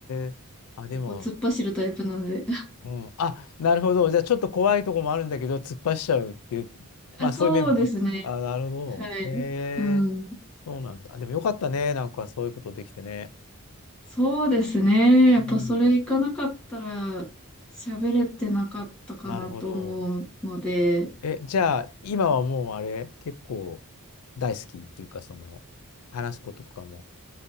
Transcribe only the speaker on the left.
えあ、
でも、うん、あ、なるほど。じゃあ、ちょっと怖いとこもあるんだけど、突っ走っちゃうっていう、まあ、
そういう面も持つ。あ、なるほ
ど。へえ
そうなんだ。あでもよかったね。なんかそういうことできてね。
うん。なるほど。え、じゃあ、今はもうあれ、結構大好きっていうか、その、話すこととかも。